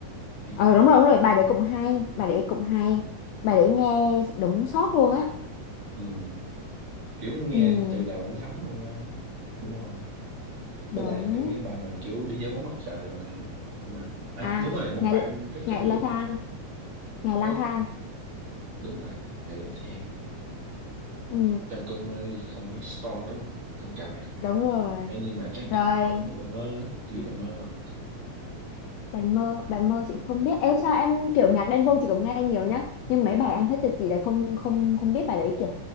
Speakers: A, on the right; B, on the left.
A: hay
B: ờ, đúng rồi đúng rồi bài đấy cũng hay bài đấy cũng hay bài đấy nghe đúng sót luôn á
A: ừ, kiểu nghe
B: ừ
A: từ đầu đến thấm luôn á đúng không
B: đúng
A: với lại cái mấy bài mà kiểu đi theo bóng mặt trời rồi này nhưng mà Ê,
B: à
A: đúng rồi một
B: ngày
A: bạn rất
B: ngày
A: thích luôn
B: lang thang ngày lang
A: có
B: thang
A: đúng rồi ngày lang thang
B: ừ
A: trong cơn mơ không phải Stone đúng không không cà bạn mẹ
B: đúng rồi
A: Ê, nhưng mà chắc em
B: rồi
A: thích ở đúng rồi bài mơ á chị biết bài mơ không
B: bài mơ bài mơ chị không biết Ê sao em kiểu nhạc Đen Vâu chị cũng nghe nhiều nhá nhưng mấy bài em thích thì chị lại không không không biết bài đấy kìa